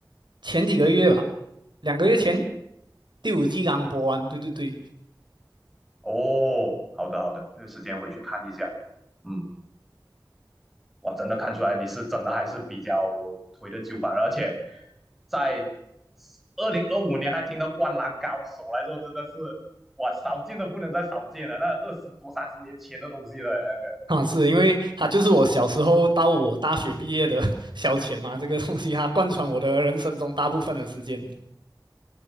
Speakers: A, on the right (about 75°); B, in the centre.
A: 前几个月吧，两个月前第五季刚播完。对对对，
B: 哦，好的好的，那时间回去看一下。嗯，哇，真的看出来你是真的还是比较推的旧番，而且在二零二五年还听到《灌篮高手》来说，真的是哇，少见的不能再少见了，那二十多三十年前的东西了那个
A: 啊，是因为它就是我小时候到我大学毕业的 <laughs> 消遣嘛，这个东西它贯穿我的人生中大部分的时间，